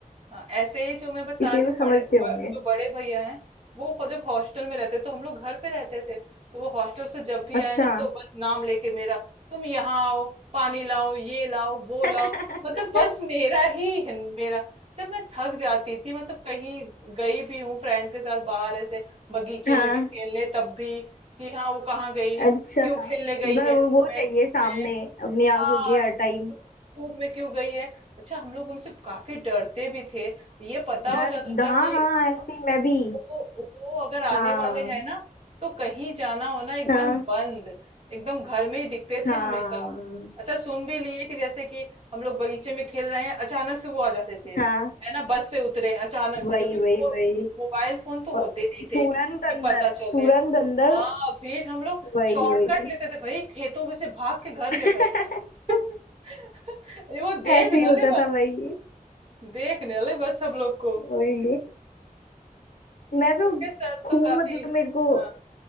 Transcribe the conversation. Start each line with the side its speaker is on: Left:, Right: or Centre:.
Right: हाँ ऐसे ही जो मैं बता
Left: इसलिए
Right: रही
Left: वो
Right: हूँ बड़े
Left: समझते होंगे
Right: ब, जो बड़े भैया हैं वो हो- जब हॉस्टल में रहते तो हम लोग घर पे रहते थे तो वो हॉस्टल से जब भी
Left: अच्छा
Right: आए ना तो बस नाम लेके मेरा तुम यहाँ आओ पानी लाओ ये लाओ वो
Left: <laughs>
Right: लाओ मतलब बस मेरा ही है, मेरा तब मैं थक जाती थी मतलब कहीं गई भी हूँ फ्रेंड के साथ बाहर ऐसे बगीचे
Left: हाँ
Right: में भी खेलने तब भी कि हाँ वो कहाँ गई
Left: अच्छा
Right: क्यों
Left: बस
Right: खेलने गई है
Left: वो
Right: लू
Left: वो
Right: में
Left: चाहिए
Right: धूप
Left: सामने अपनी
Right: हाँ
Left: आंखों की हर
Right: धू-
Left: टाइम
Right: धूप में क्यों गई है अच्छा हम लोग उनसे काफी डरते भी थे ये पता हो
Left: डर
Right: जाता था
Left: हाँ
Right: कि
Left: हाँ ऐसे ही मैं भी
Right: वो वो अगर आने
Left: हाँ
Right: वाले हैं ना तो कहीं जाना होना एकदम
Left: हाँ
Right: बंद एकदम घर में ही दिखते
Left: हाँ
Right: थे हमेशा अच्छा सुन भी लिए कि जैसे कि हम लोग बगीचे में खेल रहे हैं अचानक से वो आ जाते थे
Left: हाँ
Right: है ना बस से उतरे अचानक से
Left: वही
Right: क्योंकि फो,
Left: वही वही
Right: मोबाइल फोन तो होते
Left: और
Right: नहीं थे
Left: तुरंत
Right: कि
Left: अंदर
Right: पता चले
Left: तुरंत अंदर
Right: हाँ फिर हम लोग
Left: वही
Right: शॉर्टकट
Left: वही
Right: लेते थे भाई खेतों में से भाग के घर
Left: <laughs>
Right: में पहले <laughs> ये वो देख
Left: ऐसे ही
Right: न
Left: होता
Right: ले बस
Left: था वही
Right: देख न ले बस हम लोग को
Left: वही मैं तो
Right: उनके साथ
Left: खूब
Right: तो काफी
Left: मतलब मेरे को
Right: हाँ